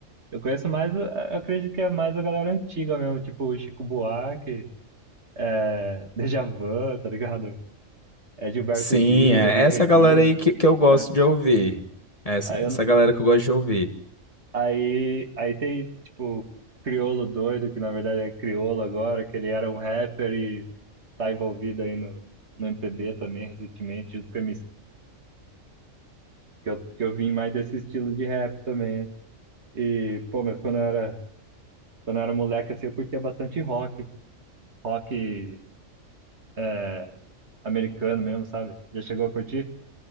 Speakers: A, on the right; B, on the left.
A: Eu conheço mais, eu acredito que é mais a galera antiga mesmo, tipo o Chico Buarque, é, <laughs> Djavan, tá ligado? É Gilberto
B: Sim,
A: Gil,
B: é
A: Elis
B: essa
A: Regina,
B: galera aí que, que eu gosto
A: é.
B: de ouvir. Essa,
A: Aí, eu
B: essa galera que eu gosto de ouvir.
A: aí, aí tem, tipo, Criolo doido, que na verdade é Criolo agora, que ele era um rapper e tá envolvido aí no, no MPB também, recentemente, junto com o que eu, que eu vim mais desse estilo de rap também. E, pô, mas quando eu era, quando eu era moleque, assim, eu curtia bastante rock, rock é, americano mesmo, sabe? Já chegou a curtir?